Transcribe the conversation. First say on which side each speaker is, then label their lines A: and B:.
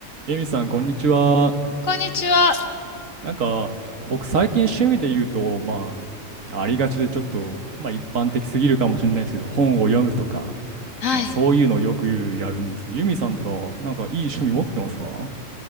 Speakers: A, on the right; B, on the left.
A: エミさん、こんにちは。
B: こんにちは。
A: なんか、僕、最近趣味で言うと、まあ、ありがちでちょっと、まあ、一般的すぎるかもしれないですけど、本を読むとか、
B: はい。
A: まあ、そういうのをよくやるんですけど、ユミさんとかは、なんか、いい趣味持ってますか